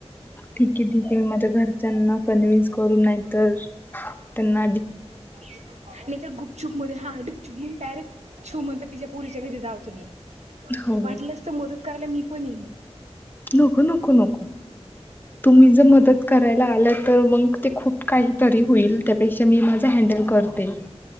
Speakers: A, on the left; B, on the right.
A: ठीक आहे ठीक आहे मी माझ्या घरच्यांना कन्व्हिन्स करून नाही तर त्यांना अ
B: नाहीतर गुपचुप मध्ये हा डुपचुप म्हणून डायरेक्ट छू मग तर तिच्या पुरीच्या घरी जा तुम्ही
A: हो.
B: वाटलंस तर मदत करायला मी पण येई
A: नको नको नको तुम्ही ज मदत करायला आलात तर मग ते खूप काहीतरी होईल त्यापेक्षा मी माझा हँडल करते.